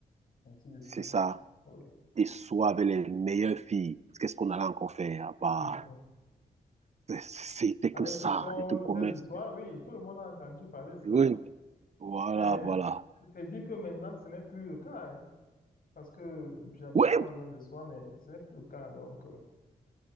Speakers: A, on the left; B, on the right.
A: ainsi de suite.
B: c'est ça.
A: Oui.
B: Et soit avec les meilleures filles. Qu'est-ce qu'on allait encore faire bah
A: <laughs>
B: C'était
A: Avec
B: que ça,
A: tout ce qu'on
B: je te
A: disait
B: promets.
A: le soir,
B: c'était-
A: oui, tout le monde a entendu parler de cela.
B: Oui, voilà,
A: Mais
B: voilà.
A: je t'ai dit que maintenant, ce n'est plus le cas, hein, parce que j'habite
B: Oui,
A: pas loin de soi, mais ce n'est plus le cas, donc, euh,